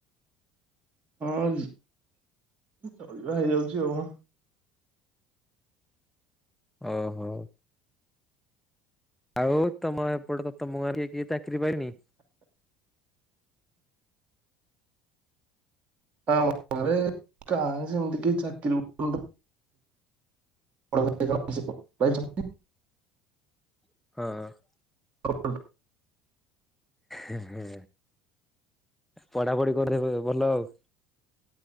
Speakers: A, on the right; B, in the centre.
A: ହଁ ଚଳିବା ହେଇଯାଉଛି ଆଉ।
B: ଅ ହୋ। ଆଉ ତମ ଏପଟେ ତ ତମ ଗାଁ କିଏ କିଏ ଚାକିରି ପାଇଲେଣି?
A: ଆମ ଗାଁରେ କାଇଁ ସେମତି କହି ଚାକିରି <inaudible> <inaudible>
B: ହଁ।
A: <inaudible>
B: ହୁଁ ହୁଁ ପଢାପଢି କରିଦେବେ ଭଲ ଆଉ।